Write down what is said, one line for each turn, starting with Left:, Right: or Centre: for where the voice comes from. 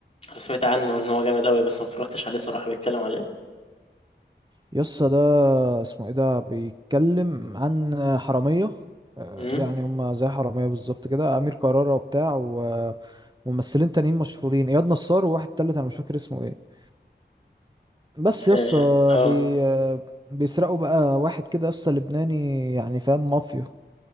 Left: انا سمعت عنه ان هو جامد قوي بس ما اتفرجتش عليه صراحه بيتكلم على ايه
Right: يسا ده اسمه ايه ده بيتكلم عن حرامية آه،
Left: امم
Right: يعني هما زي حرامية بالظبط كده أمير كرارة وبتاع و- وممثلين تانيين مشهورين إياد نصار وواحد تالت أنا مش فاكر اسمه ايه بس يسا
Left: اه آه.
Right: بي آه، بيسرقوا بقى واحد كده يسا لبناني يعني فاهم مافيا